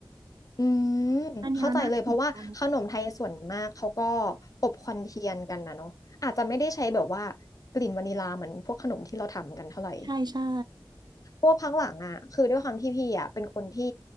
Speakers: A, on the left; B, on the right.
A: อืมเข้าใจเลยเพราะว่าขนมไทยส่วนมากเขาก็
B: อันเนี้ยน่าสนใจ
A: อบควันเทียนกันนะเนาะอาจจะไม่ได้ใช้แบบว่ากลิ่นวานิลาเหมือนพวกขนมที่เราทำกันเท่าไหร่
B: ใช่ใช่
A: เพราะว่าพักหลังอ่ะคือด้วยความที่พี่อ่ะเป็นคนที่